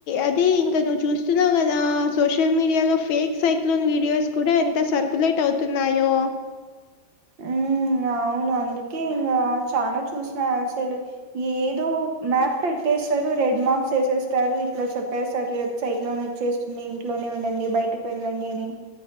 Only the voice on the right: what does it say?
ఉమ్ అవును అందుకే ఇంగా, చానా చూసిన అసలు ఏదో మ్యాప్ పెట్టేస్తారు, రెడ్ మార్క్స్ ఏసేస్తారు, ఇట్లా చెప్పేస్తారు సైక్లోన్ వచ్చేస్తుంది, ఇంట్లోనే ఉండండి, బయటకి వెళ్ళండి అని.